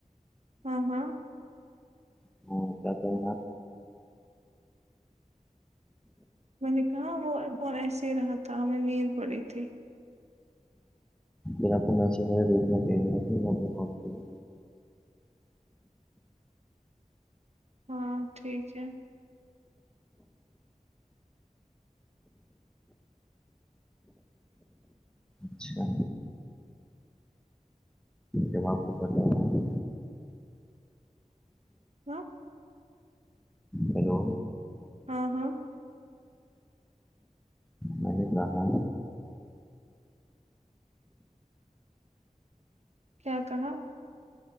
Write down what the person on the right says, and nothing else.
ہاں ہاں
میں نے کہا وہ فون ایسے ہی رہا تھا ہمے نیند پڑی تھی
ہاں ٹھیک ہے
ہ
ہاں ہاں
کیا کہا